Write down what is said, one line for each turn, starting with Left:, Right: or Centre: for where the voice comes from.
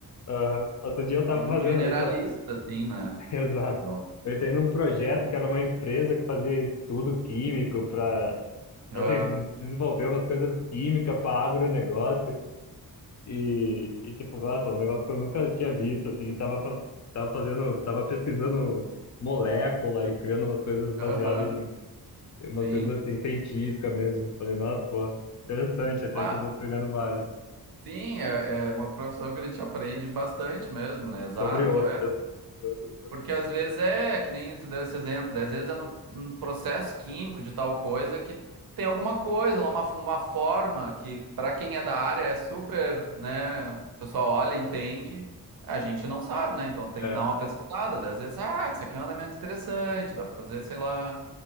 Left: Aham. Outro dia eu tava
Right: vira
Left: fazendo.
Right: um generalista,
Left: Eu tava...
Right: assim, né?
Left: <laughs> Exato.
Right: Então,
Left: Eu entrei num projeto que era uma empresa que fazia estudo químico para
Right: ah,
Left: assim, des- desenvolver umas coisas químicas para agronegócio e, e tipo, nossa, um negócio que eu nunca tinha visto, assim, tava, fa- tava fazendo, tava pesquisando molécula e criando umas coisas baseadas
Right: aham,
Left: em, em umas
Right: sim.
Left: coisas assim, científicas mesmo. Falei, nossa, pô, interessante, até
Right: Ah,
Left: que eu vou pegando vários,
Right: sim, é, é uma profissão que a gente aprende bastante mesmo, né? Exato,
Left: sobre outras,
Right: é.
Left: sobre outras profissões,
Right: Porque às vezes é, que nem tu deu esse exemplo, né? Às vezes é no, no processo químico de tal coisa que tem alguma coisa lá, uma, uma forma que para quem é da área é super, né? O pessoal olha, entende,
Left: tá?
Right: a gente não sabe, né? Então tem
Left: É,
Right: que dar uma pesquisada. né? Às vezes, ah, isso aqui é um elemento interessante, dá pra fazer, sei lá,